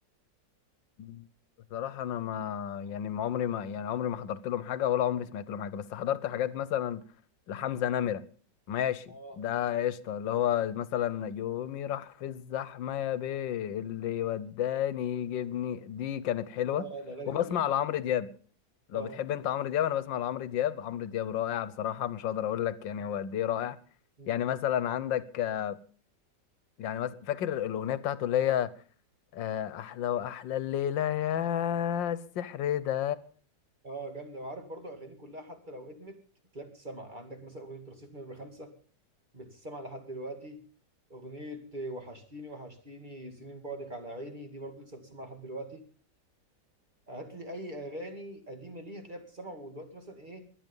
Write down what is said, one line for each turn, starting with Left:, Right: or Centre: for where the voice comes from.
Left: مم. بصراحة انا ما يعني ما عمري ما يعني عمري ما حضرت لهم حاجة ولا عمري سمعت لهم حاجة بس حضرت حاجات مثلا لحمزة نمرة ماشي
Right: اه
Left: ده قشطة اللي هو مثلا يومي راح في الزحمة يا بيه اللي وداني يجيبني دي كانت حلوة
Right: اه الاغاني
Left: وبسمع
Right: دي كلها كده
Left: لعمرو دياب لو
Right: اه
Left: بتحب انت عمرو دياب انا بسمع لعمرو دياب عمرو دياب رائع بصراحه مش هقدر اقول لك يعني هو قد ايه رائع
Right: مم.
Left: يعني مثلا عندك آه، يعني مثلا فاكر الاغنيه بتاعته اللي هي آه، احلى واحلى الليله يا السحر ده
Right: اه جامده وعارف برضو اغاني كلها حتى لو ادمت تلاقي بتسمع عندك مثلا اغنيه رصيف نمره خمسة بتسمع لحد دلوقتي اغنيه وحشتيني وحشتيني سنين بعدك على عيني دي برضو لسه بتسمع لحد دلوقتي هات لي اي اغاني قديمه ليه هتلاقيها بتسمع ودلوقتي مثلا ايه